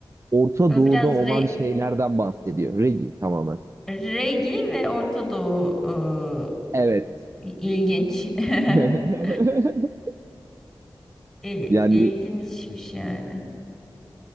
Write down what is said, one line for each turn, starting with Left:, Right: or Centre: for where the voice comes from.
Right: Orta
Centre: Böyle
Right: Doğu'da
Centre: biraz
Right: olan
Centre: re
Right: şeylerden bahsediyor. Reggae tamamen.
Centre: regi ve Orta Doğu ıı,
Right: Evet.
Centre: ilginç.
Right: <laughs>
Centre: <laughs> İl-
Right: Yani
Centre: ilginçmiş yani.